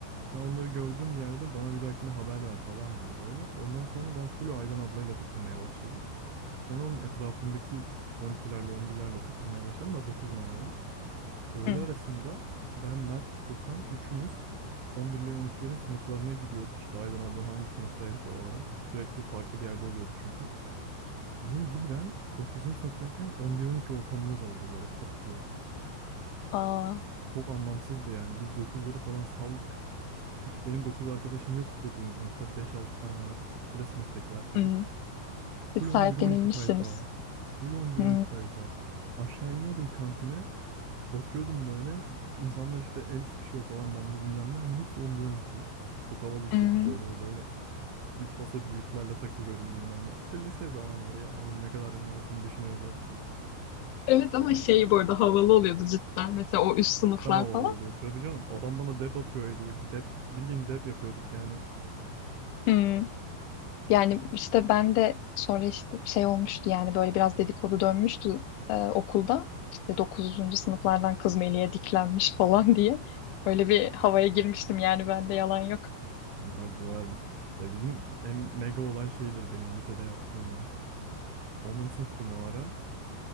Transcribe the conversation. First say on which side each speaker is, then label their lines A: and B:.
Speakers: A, on the right; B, on the left.
A: Sen onları gördüğüm bir yerde bana bir dahakine haber ver falan dedi böyle. Ondan sonra ben full Aydan ablayla takılmaya başladım. Sonra onun etrafındaki 12'lerle 11'lerle takılmaya başladım. da dokuzum ama ben. Öğle
B: Hı.
A: arasında ben, Mert, Furkan üçümüz 11'lerin 12'lerin sınıflarına gidiyorduk. İşte Aydan ablan hangi sınıftaydı o ara. Sürekli farklı bir yerde oluyordu çünkü. Bizim birden dokuzuncu sınıftayken on bir on iki ortamımız oldu böyle pat diye.
B: Aa,
A: Çok anlamsızdı yani. Biz dokuzları falan saldık. Hiç benim 9 arkadaşım yoktu dokuzuncu sınıfta. beş altı tane hariç. Bir de sınıftakiler tabii.
B: hı. Siz
A: Full
B: sahiplenilmişsiniz.
A: 11-12 tayfa. Full 11-12
B: Hı.
A: tayfa. Aşağı iniyordum kantine. Bakıyordum böyle. İnsanlar işte el sıkışıyor falan bende bilmem ne ama hepsi 11-12. Çok havalı hissettiriyordu
B: Hı.
A: o böyle. Full paso büyüklerle takılıyorum bilmem ne. İşte lise zamanları ya. Oğlum ne kadar masum düşünüyoruz her şeyi.
B: Evet ama
A: Yani
B: şey bu arada havalı oluyordu cidden. Mesela o üst sınıflar
A: cidden havalı
B: falan.
A: oluyor tabii canım. Adam bana dep atıyor diye. Dep, bildiğin dep yapıyorduk yani.
B: Hı. Yani işte ben de sonra işte şey olmuştu yani böyle biraz dedikodu dönmüştü e, okulda. İşte dokuzuncu sınıflardan kız Melih'e diklenmiş <laughs> falan diye. Öyle bir havaya girmiştim yani bende yalan yok.
A: Vardır vardır. Ya bizim en mega olan şeydir benim lisede yaptığım ya. Onuncu sınıftım o ara.